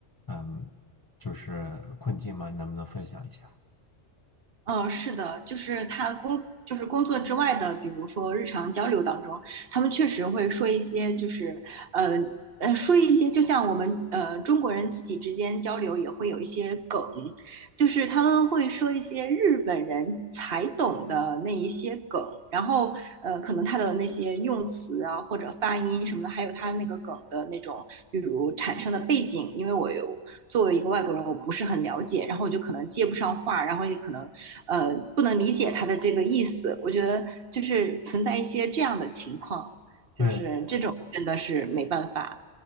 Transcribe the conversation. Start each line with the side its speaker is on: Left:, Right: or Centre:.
Left: 嗯，就是困境吗？你能不能分享一下？
Right: 嗯，是的，就是他工，就是工作之外的，比如说日常交流当中，他们确实会说一些，就是呃呃，说一些，就像我们呃中国人自己之间交流也会有一些梗，就是他们会说一些日本人才懂的那一些梗，然后呃，可能他的那些用词啊，或者发音什么的，还有他那个梗的那种，比如产生的背景，因为我有。作为一个外国人，我不是很了解，然后我就可能接不上话，然后也可能呃不能理解他的这个意思。我觉得就是存在一些这样的情况，就是这种真的是没办法。
Left: 对